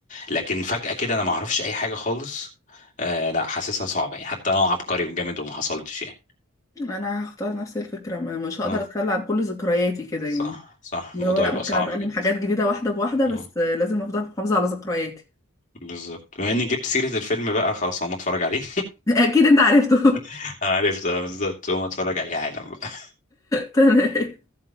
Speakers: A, on the left; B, on the left.
A: لكن فجاه كده انا ما اعرفش اي حاجه خالص آه لا حاسسها صعبه يعني حتى انا عبقري وجامد وما حصلتش يعني
B: انا هختار نفس الفكره ما مش هقدر
A: اه
B: اتخلى عن كل ذكرياتي كده
A: صح
B: يعني
A: صح
B: اللي
A: الموضوع
B: هو لا
A: يبقى
B: ممكن
A: صعب
B: اتعلم
A: جدا
B: حاجات جديده واحده بواحده
A: اه
B: بس لازم افضل محافظه على ذكرياتي
A: بالظبط بما اني جبت سيرة الفيلم بقى خلاص هقوم اتفرج عليه
B: <laughs> اكيد انت عرفته
A: <laughs> عارف ده بالظبط هقوم اتفرج عليه حالا
B: <laughs> تمام